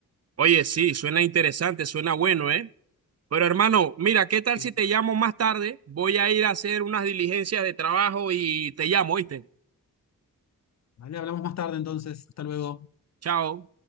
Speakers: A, on the right (about 45°); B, on the left (about 50°).
A: Oye, sí, suena interesante, suena bueno, ¿eh? Pero hermano, mira, ¿qué tal
B: Sí.
A: si te llamo más tarde? Voy a ir a hacer unas diligencias de trabajo y te llamo, ¿oíste?
B: Vale, hablamos más tarde entonces. Hasta luego.
A: Chao.